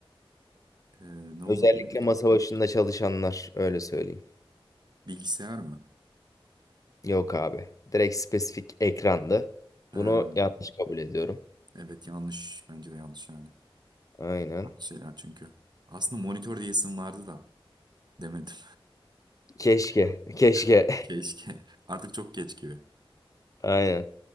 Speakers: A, on the right (about 50°); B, on the left (about 35°).
A: Ee, ne olabilir?
B: Özellikle
A: ki?
B: masa başında çalışanlar öyle söyleyeyim.
A: Bilgisayar mı?
B: Yok abi. Direkt spesifik ekrandı.
A: Ha,
B: Bunu yanlış kabul ediyorum.
A: evet yanlış. Bence de yanlış yani.
B: Aynen.
A: Farklı şeyler çünkü. Aslında monitör diye isim vardı da demedim.
B: Keşke. Keşke.
A: <laughs> Keşke. Artık çok geç gibi.
B: <laughs> Aynen.